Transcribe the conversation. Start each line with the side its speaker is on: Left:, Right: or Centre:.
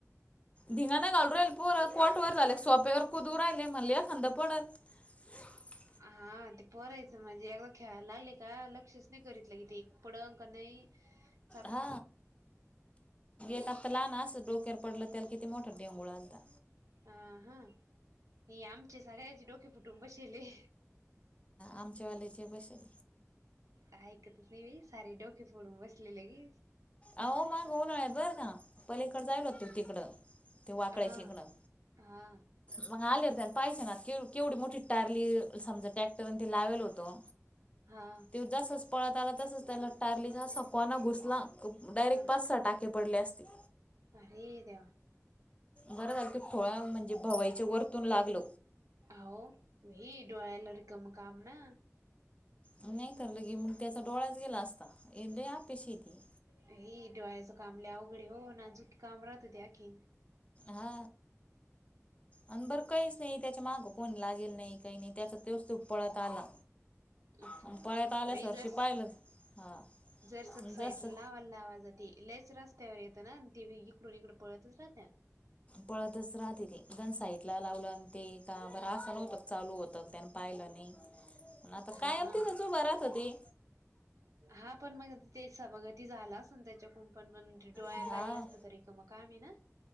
Left: धिंगाणा घलू राहिलोर कॉट वर झाले सोप्यावर कुदूर राहिले म्हणलेि खांंद पडल ह
Right: हा ते परायचं माझे अदा ख्याळायला लागले, का लक्षच नाही करीितलं कि ते पडंग का नाही. अ्ा <unintelligible>
Left: हा एक आत्ता लहान असं डोक्यार पडलं त्याला किती मोठं डेंंगूळ आलता.
Right: हा हा हे आमचे सगळ्याचे डोके कुटुंबशले
Left: आचे वालेचे बसेेन.
Right: ऐकतच नाही सारे डोके फोडून बसलेले के
Left: अह मगऊनळ बरं का पलीकड जायल होत तिकडं ते वाकड्याच्या
Right: हा
Left: इकडं
Right: हा
Left: मग आलेरते आणि पाहिसे ना केवढी मोठी टारली समजा टॅक पण ते लावेल होतो.
Right: हा
Left: त जसच पळत आला तसच त्याला्टारली सकवान घुसला. डायरेक्ट
Right: हा
Left: पाच सहा टाके पडले असतील.
Right: अरे देवा
Left: बरं झालं त थोळ्या म्हणजे भवायच्या वरतून लागल.
Right: होई डोळ्याला रकम काम ना.
Left: नाही तर लगे मग त्याचा डोळाच गेला असता ये ल या पेशी ती
Right: ह डोळ्याचं काम लवघडे हो ना अजूकी काम राहत ते अखीन
Left: हा आणि बरं काही नाही त्याच्या मागं कोणी लागेल नाही काही नाही त्याचा तेोच ते पळत आला.
Right: अफर
Left: आणि पळ्यात आल्या
Right: भई
Left: सरशी
Right: जर
Left: पाहिलं हा
Right: जर सक्साट
Left: जसं
Right: लावा. आवाजाते लच रस्त्यावर येतं ना ते इकडून इकड पळतच राहत्या.
Left: पळतच राहते ते जण साहितला लावलं आणि ते का ब रान होतं चालू होतं त्या पाहिलं नाही आता
Right: हा
Left: कायम त रजूभरात होती.
Right: हा पण मग ते सभागती झाला ना त्याच्याकून पण मण डोळ्याला
Left: हा.
Right: लागला असत तरी का मग काम आहे ना.